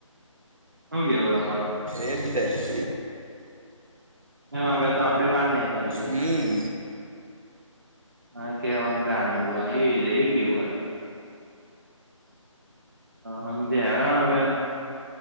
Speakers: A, on the right (about 40°); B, on the right (about 85°).
A: હ ગ એવદ અ મારો
B: એને ર
A: હ અગર તો આપડી વાત નહ ચાલતી
B: હમ
A: હા કે વાખદ ને બોલા એ લઈ ગ હર હમ જે હરા હવે